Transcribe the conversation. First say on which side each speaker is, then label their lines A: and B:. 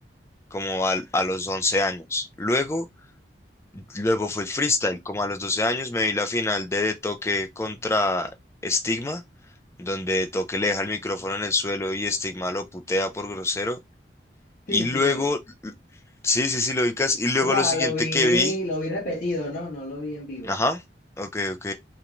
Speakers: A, on the left (about 15°); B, on the left (about 45°).
A: como al- a los 11 años. Luego, luego fue el freestyle, como a los 12 años me vi la final de De Toque contra Stigma, donde De Toque le deja el micrófono en el suelo y Stigma lo putea por grosero. Y
B: Sí, sí
A: luego,
B: lo vi.
A: sí, sí, sí, lo ubicas. Y luego
B: O sea,
A: lo siguiente
B: lo vi,
A: que vi,
B: lo vi repetido, ¿no? No lo vi en vivo.
A: ajá, ok, ok.